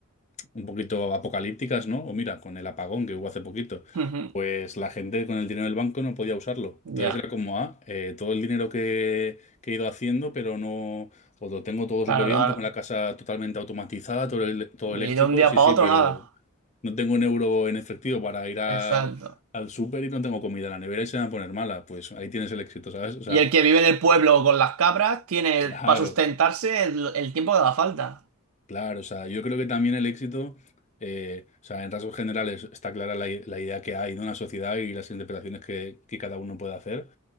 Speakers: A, on the left (about 35°); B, on the right (about 75°).
A: un poquito apocalípticas, ¿no? O mira, con el apagón que hubo hace poquito,
B: <laughs> Ujú.
A: pues la gente con el dinero del banco no podía usarlo.
B: Ya,
A: Entonces era como, ah, eh, todo el dinero que, que he ido haciendo, pero no, o lo tengo todo
B: claro,
A: súper
B: claro.
A: bien, tengo la casa totalmente automatizada, todo, el- todo
B: Y
A: eléctrico,
B: de un día
A: sí,
B: para
A: sí,
B: otro,
A: pero
B: nada.
A: no tengo un euro en efectivo para ir a-
B: Exacto.
A: al súper y no tengo comida en la nevera y se me va a poner mala. Pues ahí tienes el éxito, ¿sabes? O sea,
B: Y el que vive en el pueblo con las cabras tiene
A: <laughs> claro.
B: para sustentarse el, el tiempo que haga falta.
A: Claro, o sea, yo creo que también el éxito, eh, o sea, en rasgos generales está clara la, i- la idea que hay de una sociedad y las interpretaciones que, que cada uno puede hacer,